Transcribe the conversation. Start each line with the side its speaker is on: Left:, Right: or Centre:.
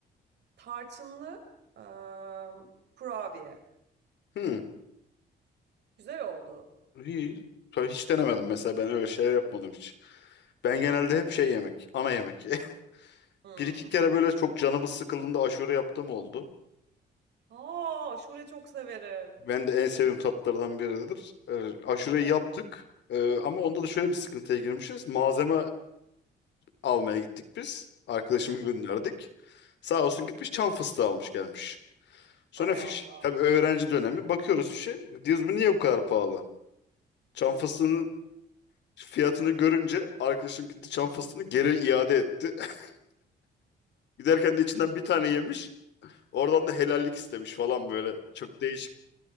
Right: Tarçınlı eee, kurabiye.
Left: Hı.
Right: Güzel oldu.
Left: İyi. Tabii hiç denemedim mesela ben öyle şeyler yapmadım hiç. Ben genelde hep şey yemek, ana yemek. <laughs>
Right: Hmm.
Left: Bir iki kere böyle çok canımız sıkıldığında aşure yaptığım oldu.
Right: Aa, aşure çok severim.
Left: Ben de en sevdiğim tatlardan biridir. Ee, aşureyi
Right: Evet.
Left: yaptık. Ee, ama onda da şöyle bir sıkıntıya girmişiz. Malzeme almaya gittik biz. Arkadaşımı
Right: Aha.
Left: gönderdik. Sağ olsun gitmiş çam fıstığı almış gelmiş. Sonra
Right: Hay
Left: fiş,
Right: Allah.
Left: tabii öğrenci dönemi. Bakıyoruz fişe. Diyoruz bu niye bu kadar pahalı? Çam fıstığının fiyatını görünce arkadaşım gitti çam fıstığını geri iade etti. <laughs> Giderken de içinden bir tane yemiş. Oradan da helallik istemiş falan böyle. Çok değişik.